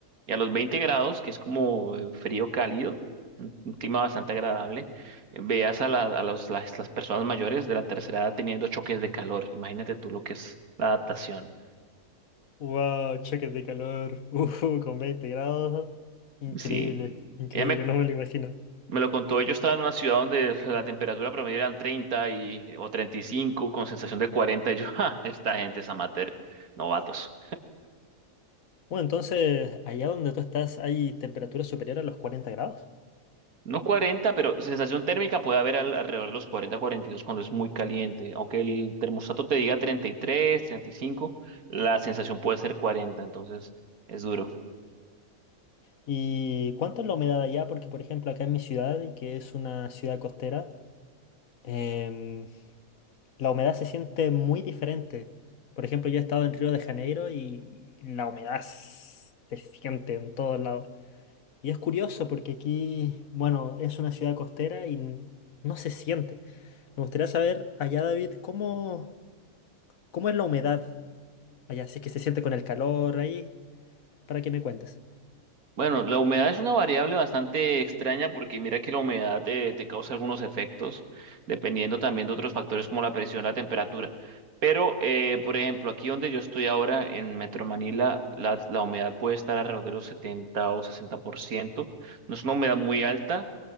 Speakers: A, on the right; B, on the left.
A: y a los 20 grados, que es como eh, frío cálido, un un clima bastante agradable, veas a, la- a los- las, las personas mayores de la tercera edad teniendo choques de calor. Imagínate tú lo que es la adaptación.
B: Wow, choques de calor, uh, con 20 grados. Increíble,
A: Sí,
B: increíble,
A: ella me,
B: no me lo imagino.
A: me lo contó. Yo estaba en una ciudad donde <laughs> la temperatura promedio eran 30 y, o 35 con sensación de cuarenta Y yo, <laughs> "Ja, esta gente es amateur, novatos.
B: Bueno, entonces, allá donde tú estás, ¿hay temperaturas superiores a los 40 grados?
A: No cuarenta pero sensación térmica puede haber al- alrededor de los 40, 42 cuando es muy caliente. Aunque el termostato te diga treinta treinta y tres treinta y cinco la sensación puede ser cuarenta entonces es duro.
B: ¿Y cuánto es la humedad allá? Porque, por ejemplo, acá en mi ciudad, y que es una ciudad costera, em, la humedad se siente muy diferente. Por ejemplo, yo he estado en Río de Janeiro y la humedad s- se siente en todos lados. Y es curioso porque aquí, bueno, es una ciudad costera y n- no se siente. Me gustaría saber allá, David, cómo, cómo es la humedad allá, si es que se siente con el calor ahí, para que me cuentes.
A: Bueno, la humedad es una variable bastante extraña porque mira que la humedad te, te causa algunos efectos, dependiendo también de otros factores como la presión, la temperatura. Pero, eh, por ejemplo, aquí donde yo estoy ahora, en Metro Manila, la, la humedad puede estar alrededor de los 70 o 60%. No es una humedad muy alta,